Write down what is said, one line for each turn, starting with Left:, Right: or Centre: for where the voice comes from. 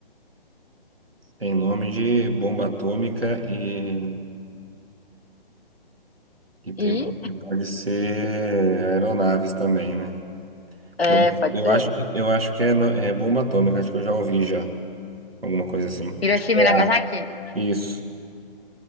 Right: Tem nome de bomba atômica e, e tem
Left: E
Right: nome que pode ser aeronaves também, né?
Left: é,
Right: Eu, acho-
Left: pode
Right: eu
Left: ser.
Right: acho, eu acho que é, no- é bomba atômica, acho que eu já ouvi já, alguma coisa assim.
Left: Hiroshima
Right: Acho que é
Left: e Nagasaki?
Right: A. Isso.